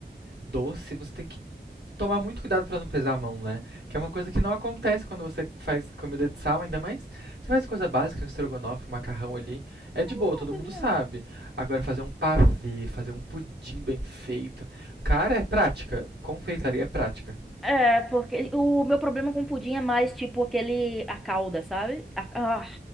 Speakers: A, on the right; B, in the centre.
A: doce, você tem que tomar muito cuidado pra não pesar a mão, né? Que é uma coisa que não acontece quando você faz comida de sal, ainda mais você faz coisa básica, um estrogonofe, um macarrão ali, é de
B: É
A: boa, todo
B: Uma coisinha.
A: mundo sabe. Agora fazer um pavê, fazer um pudim bem feito, cara, é prática. Confeitaria é prática.
B: É, porque o meu problema com pudim é mais tipo aquele, a calda, sabe? A- ah,